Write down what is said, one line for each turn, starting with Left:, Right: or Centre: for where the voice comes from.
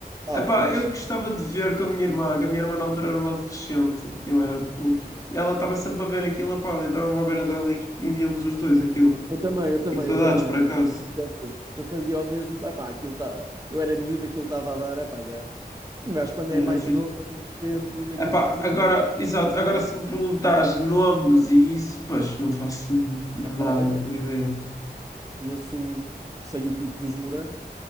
Right: alfantes.
Left: Epá, eu gostava de ver com a minha irmã, que a minha irmã na altura era uma adolescente, eu era puto, e ela estava sempre a ver aquilo, epá, eu estava-me à beira dela e e víamos os dois aquilo.
Right: Eu também, eu também,
Left: Tenho saudades,
Right: eu também.
Left: por acaso.
Right: Eu também. Eu fazia o mesmo, epá, aquilo tá, eu era miúdo, aquilo estava a dar, epá, yeah. Um gajo quando
Left: Era
Right: é mais
Left: fixe.
Right: novo, inocente, aquilo
Left: Epá,
Right: entra
Left: agora,
Right: bem.
Left: exato, agora se me perguntares nomes e isso, pois, não faço nada
Right: Epá, olha,
Left: de ideia.
Right: conheço, o- sei o pipo dos morangos